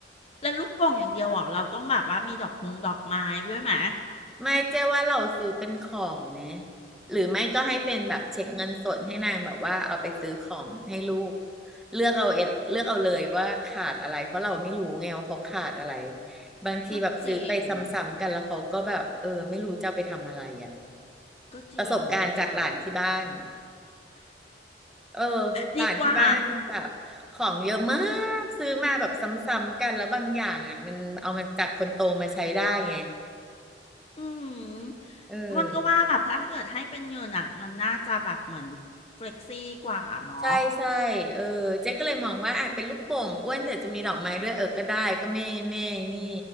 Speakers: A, on the left (about 35°); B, in the centre.
A: แล้วลูกโป่งอย่างเดียวเหรอเราต้องแบบว่ามีดอกมงดอกไม้ด้วยไหม
B: ไม่เจ๊ว่าเราซื้อเป็นของไหมหรือไม่ก็ให้เป็นแบบเช็คเงินสดให้นางแบบว่าเอาไปซื้อของให้ลูกเลือกเอาเอเลือกเอาเลยว่าขาดอะไรเพราะเราไม่รู้ไงว่าเขาขาดอะไรบางทีแบบซื้อไปซ้ำๆกันแล้วเขาก็แบบเออไม่รู้จะเอาไปทำอะไรอ่ะ
A: ก็จริง ก็จริง
B: ประสบการณ์จากหลานที่บ้าน
A: ก็จริง
B: เออหลานที่บ้านแบบของเยอะมากซื้อมาแบบซ้ำๆกันแล้วบางอย่างอ่ะมันเอามาจากคนโตมาใช้ได้ไง
A: ดีกว่า อืม
B: เออ
A: มันก็ว่าแบบถ้าเกิดให้เป็นเงินอ่ะมันน่าจะแบบเหมือนเฟล็กซี่กว่าเนาะ
B: ใช่ใช่เออเจ๊ก็เลยมองว่าอ่ะเป็นลูกโป่งอ้วนแต่จะมีดอกไม้ด้วยเออก็ได้ก็ไม่ไม่นี่